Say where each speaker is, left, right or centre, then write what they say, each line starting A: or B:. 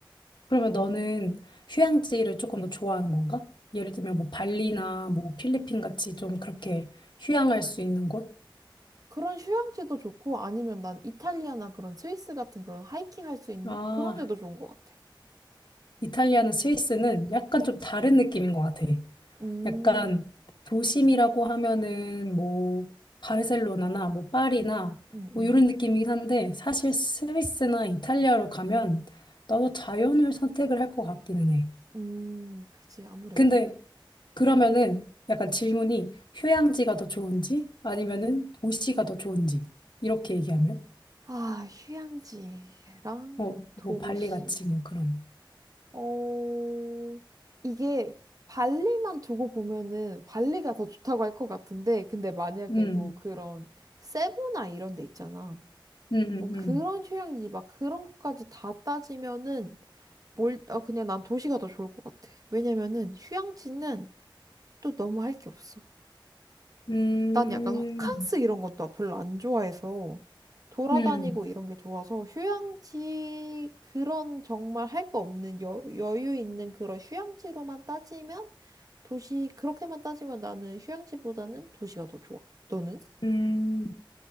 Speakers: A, on the left; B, on the right.
A: 그러면 너는 휴양지를 조금 더 좋아하는 건가? 예를 들면 뭐 발리나 뭐 필리핀 같이 좀 그렇게 휴양할 수 있는 곳?
B: 그런 휴양지도 좋고 아니면 난 이탈리아나 그런 스위스 같은 그런 하이킹 할 수 있는
A: 아,
B: 그런 데도 좋은 것 같아.
A: 이탈리아나 스위스는 약간 좀 다른 느낌인 것 같아.
B: 음,
A: 약간 도심이라고 하면은 뭐 바르셀로나나 뭐 파리나
B: 음, 음, 음,
A: 뭐 이런 느낌이긴 한데 사실 스위스나 이탈리아로 가면 나도 자연을 선택을 할 것 같기는 해.
B: 음, 그지 아무래도.
A: 근데 그러면은 약간 질문이 휴양지가 더 좋은지 아니면은 도시가 더 좋은지 이렇게 얘기하면
B: 아, 휴양지랑
A: 뭐, 뭐
B: 도시.
A: 발리 같이 뭐 그런
B: 어, 이게 발리만 두고 보면은 발리가 더 좋다고 할 것 같은데, 근데 만약에
A: 음,
B: 뭐 그런 세부나 이런 데 있잖아.
A: 음,
B: 뭐 그런
A: 음,
B: 휴양지 막 그런 것까지 다 따지면은 뭘, 아, 그냥 난 도시가 더 좋을 것 같아. 왜냐면은 휴양지는 또 너무 할 게 없어.
A: 음,
B: 난 약간 호캉스 이런 건 또 별로 안 좋아해서 돌아다니고
A: 음, 음,
B: 이런 게 좋아서 휴양지 그런 정말 할 거 없는 여, 여유 있는 그런 휴양지로만 따지면 도시 그렇게만 따지면 나는 휴양지보다는 도시가 더 좋아. 너는?
A: 음.